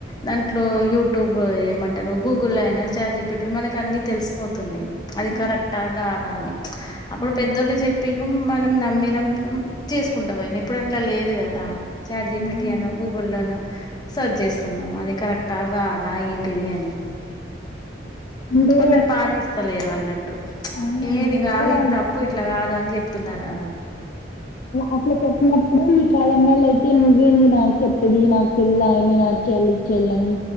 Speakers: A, on the left; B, on the left.
A: దాంట్లో యూట్యూబ్ ఏమంటారు గూగుల్లో అయినా చాట్ జి పి టి మనకాని తెలిసిపోతున్నాయి అది
B: ఉ
A: కరెక్టా గాదా అని అప్పుడు
B: ఉ
A: పెద్దళ్ళు చెపిన్రూ మనం నమ్మినం చేసుకుంటా పోయిన ఇప్పుడు అట్లా లేదు కదా చాట్జీపిటి
B: అవునండి
A: అనో గూగుల్లోనో సర్చ్ చేస్తున్నాము అది కరెక్టా గాదా ఏంటిది అని
B: అంటే
A: కొందరు పాటిస్తలేరు అన్నట్టు
B: అవునండి
A: ఏది
B: అంటే
A: కాదు ఇది తప్పు ఇట్లా కాదు అని అని జెప్తున్ననాన్న
B: అట్లా చెప్పినప్పుడు ఈ కాలం వాల్ల అయితే నువు ఏంది నాకు చెప్పేది నాకు తెల్ నచ్చేలి ఇచ్చేళ్ని